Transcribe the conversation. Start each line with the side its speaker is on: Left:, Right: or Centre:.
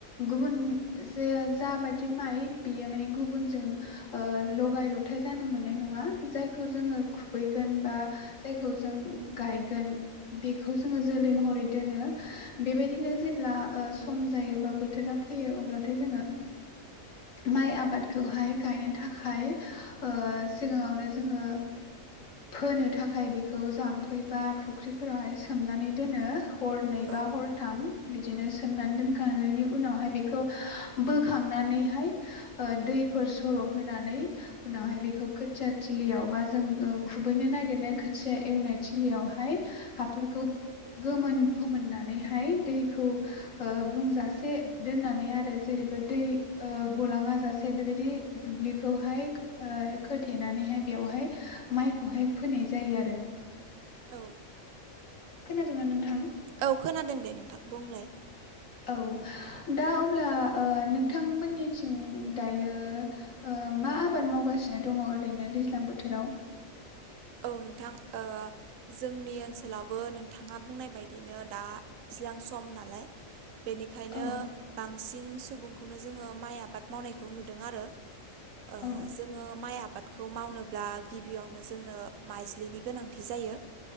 Left: गुबुन जे जाबाय दि माइ बेयो माने गुबुनजों ओ लगाय लथाय जानो मोननाय नङा जायखौ जोङो खुबैगोन बा जायखौ जों गायगोन बेखौ जोङो जोलै महरै दोनो बेबायदिनो जेब्ला ओ सम जायो बा बोथोरा फैयो अब्लाथाय जोङो माइ आबादखौहाय गायनो थाखाय ओ सिगाङावनो जोङो फोनो थाखाय बेखौ जाम्फै बा फुख्रिफोरावहाय सोमनानै दोनो हर नै
Right: औ
Left: बा हर थाम बिदिनो सोमनानै दोनखांनायनि उनावहाय बेखौ बोखांनानै हाय ओ दै फोर सर होनानै उनावहाय बेखौ खोथिया थिलियाव बा जों- खुबैनो नागिरनाय खोथिया एवनाय थिलियावहाय हाफोरखौ गोमोन फोमोननानैहाय दैखौ ओ बुंजासे दोननानै आरो जेरै एबा दै ओ गलाङा जासे बेबायदि दुब्लिखौहाय खोथेनानैहाय बेवहाय माइखौहाय फोनाय जायो आरो
Right: औ
Left: खोनादोंना नोंथां
Right: औ खोनादों दे नोंथां बुंलाय
Left: औ दा अब्ला ओ नोंथांमोननिथिं दायो ओ मा आबाद मावगासिनो दङ ओरैनो दैज्लां बोथोराव?
Right: औ नोंथां ओ जोंनि ओनसोलावबो नोंथाङा बुंनाय बायदिनो दा दैज्लां सम नालाय बेनिखायनो
Left: औ
Right: बांसिन सुबुंखौनो जोङो माइ आबाद मावनायखौ नुदों आरो। ओ
Left: औ
Right: जोङो माइ आ बादखौ मावनोब्ला गिबियावनो जोंनो माइज्लिनि गोनांथि जायो।